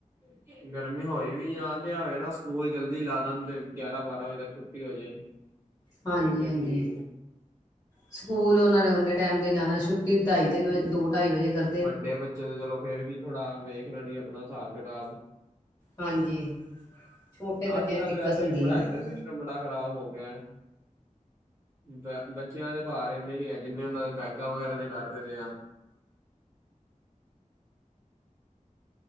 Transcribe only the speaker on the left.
ਹਾਂਜੀ, ਹਾਂਜੀ।
ਸਕੂਲ ਉਹਨਾ ਨੇ ਓਨੇ ਟਾਈਮ ਤੇ ਲਾਉਣਾ, ਛੁੱਟੀ ਢਾਈ ਤਿੰਨ ਦੋ ਢਾਈ ਵਜੇ ਕਰ
ਹਾਂਜੀ। ਛੋਟੇ ਬੱਚਿਆਂ
ਦੀ ਦਿੱਕਤ
ਹੁੰਦੀ
ਹੈ ਨਾ